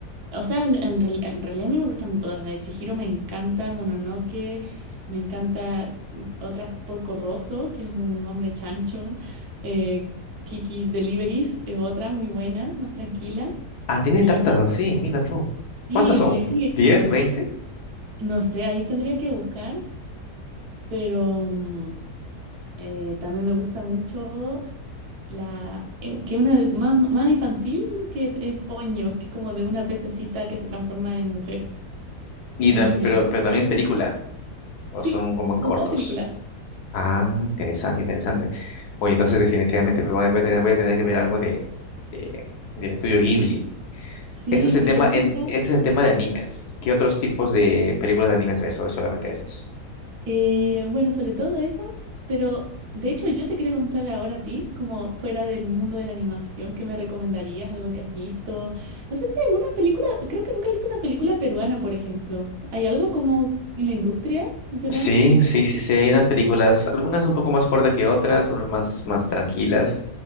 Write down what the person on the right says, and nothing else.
O sea, en, en reali- en realidad a mí me gustan todas. La de Chihiro me encanta, Mononoke, me encanta mm, otras Porco Rosso, que es de un hombre chancho. eh, Kiki's Deliveries es otra muy buena, más tranquila.
Y
una.
Sí,
y sí,
sí.
No sé, ahí tendría que buscar, pero mm, eh, también me gusta mucho la. eh, que es una de- más, más infantil, que es Poño, que es como de una pececita que se transforma en mujer,
en
niña.
Sí,
son
todas películas.
Sí,
si
te gusta.
eh, bueno, sobre todo esas, pero de hecho yo te quería preguntar ahora a ti, como fuera del mundo de la animación, ¿qué me recomendarías? ¿Algo que has visto? No sé si hay alguna película, creo que nunca he visto una película peruana, por ejemplo. ¿Hay algo como en la industria peruana?